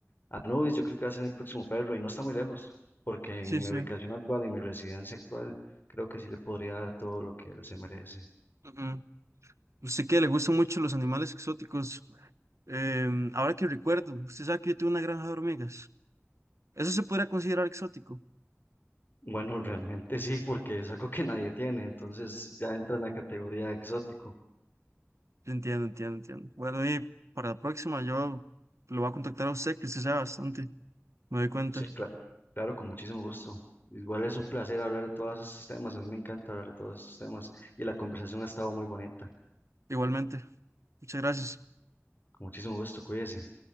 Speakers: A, on the left; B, on the right.
A: Anubis, yo creo que va a ser mi próximo perro y no está muy lejos, porque en
B: Sí, sí.
A: mi ubicación actual, en mi residencia actual, creo que sí le podría dar todo lo que él se merece.
B: ujú. Usted que le gustan mucho los animales exóticos. em, ahora que recuerdo, usted sabe que yo tuve una granja de hormigas. Eso se podría considerar exótico.
A: Bueno, realmente sí, porque es algo que nadie tiene, entonces ya entra en la categoría de exótico.
B: Entiendo, entiendo, entiendo. Bueno, y para la próxima yo lo voy a contactar a usted, que usted sabe bastante. Me doy cuenta.
A: Sí, claro, claro, con muchísimo gusto. Igual es un placer hablar de todos estos temas, a mí me encanta hablar de todos estos temas y la conversación ha estado muy bonita.
B: Igualmente. Muchas gracias.
A: Con muchísimo gusto, cuídese.